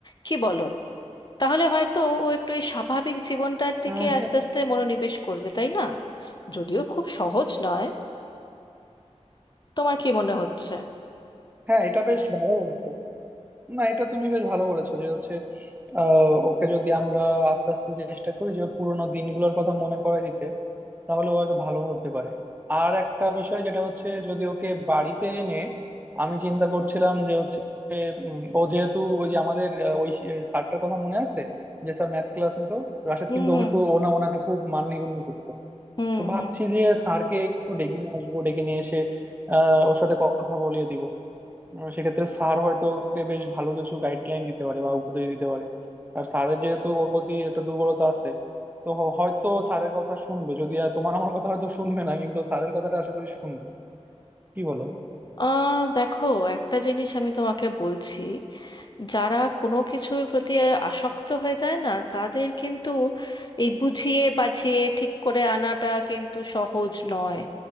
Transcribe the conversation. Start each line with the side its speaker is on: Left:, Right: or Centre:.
Left: কি বলো তাহলে হয়তো ও একটু এই স্বাভাবিক জীবনটার দিকে
Right: আহ, হ্যাঁ
Left: আস্তে আস্তে মনোনিবেশ করবে তাই না যদিও খুব সহজ নয় তোমার কি মনে হচ্ছে
Right: হ্যাঁ এটা বেশ ভালো বলতো না এটা তুমি বেশ ভালো বলেছো যে হচ্ছে আহ, ওকে যদি আমরা আস্তে আস্তে চেষ্টা করি যে ওর পুরোনো দিনগুলোর কথা মনে করায় দিতে তাহলে ও হয়তো ভালো হতে পারে আর একটা বিষয় যেটা হচ্ছে যদি ওকে বাড়িতে এনে আমি চিন্তা করছিলাম যে হচ্ছে উম, ও যেহেতু ওই যে আমাদের আহ, ওই স্যারটার কথা মনে আছে যে স্যার ম্যাথ ক্লাস নিত রাশেদ
Left: হুম
Right: কিন্তু
Left: হুম
Right: ওকে খুব ওনা ওনাকে খুব মাননিগুণ্য করতো
Left: হুম
Right: তো ভাবছি
Left: হুম
Right: যে স্যারকে একটু ডেকে নিয়ে আসবো ডেকে নিয়ে এসে আহ ওর সাথে কথা বলিয়ে দিব আহ সেক্ষেত্রে স্যার হয়তো ওকে বেশ ভালো কিছু গাইডলাইন দিতে পারে বা উপদেশ দিতে পারে আর স্যারের যেহেতু ওর প্রতি একটা দুর্বলতা আছে তো হ- হয়তো স্যারের কথা শুনবে যদি আর তোমার আমার কথা হয়তো শুনবে না কিন্তু স্যারের কথাটা আশা করি শুনবে কি বলো
Left: আহ দেখো একটা জিনিস আমি তোমাকে বলছি যারা কোনো কিছুর প্রতি আসক্ত হয়ে যায় না তাদের কিন্তু এই বুঝিয়ে বাঝিয়ে ঠিক করে আনাটা কিন্তু সহজ নয়